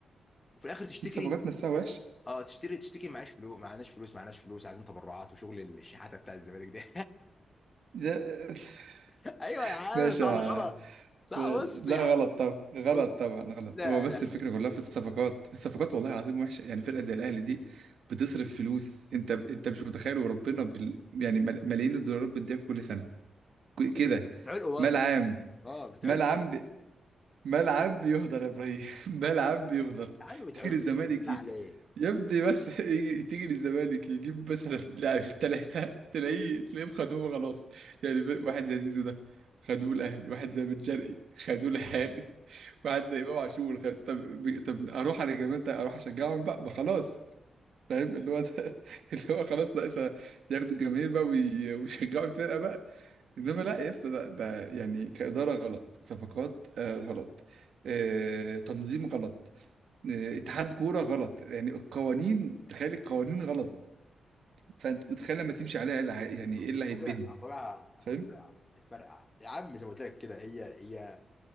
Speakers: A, on the left; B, on the right.
A: الاخر تشتكي
B: الصفقات نفسها وحشه
A: اه تشتري تشتكي معاش فلوس معناش فلوس معناش فلوس عايزين تبرعات وشغل الشحاته بتاع الزمالك ده
B: ده <laughs>
A: <laughs> ايوه يا عم
B: باشا
A: صح ولا غلط صح بص
B: لا
A: يا عم
B: غلط طبعا غلط
A: بص
B: طبعا غلط
A: لا
B: هو بس
A: لا
B: الفكره كلها في الصفقات الصفقات والله العظيم وحشه يعني فرقه زي الاهلي دي بتصرف فلوس انت انت مش متخيل وربنا بال... يعني مل- ملايين الدولارات بتضيع كل سنه ك- كده
A: بتعلقوا
B: مال
A: برضه
B: عام
A: اه بتعلقوا
B: مال عام ب... مال عام بيهدر يا ابراهيم <laughs> مال عام بيهدر
A: يا عم بتعلقوا
B: تيجي للزمالك
A: بالله
B: ي-
A: عليك
B: يبدي بس <laughs> يجي تيجي للزمالك يجيب مثلا لاعب التلاته تلاقيه تلاقيه خدوه خلاص يعني واحد زي زيزو ده خدوه الاهلي واحد زي بن شرقي خدوه الاهلي واحد زي امام عاشور خ- طب ب- طب اروح انا كمان طيب اروح اشجعهم بقى ما خلاص فاهم اللي هو ده <laughs> اللي هو خلاص ناقصها ياخدوا الجماهير بقى وي- ويشجعوا الفرقه بقى انما لا يا اسطى ده, ده يعني كاداره غلط صفقات آه غلط آه تنظيم غلط آه اتحاد كوره غلط يعني القوانين تخيل القوانين غلط فانت متخيل لما تمشي عليها إيه اللي هي- يعني ايه
A: مم.
B: اللي هيتبني
A: طبيعي طبيعي هتفرقع
B: فاهم
A: هتفرقع يا عم زي ما قلت لك كده هي هي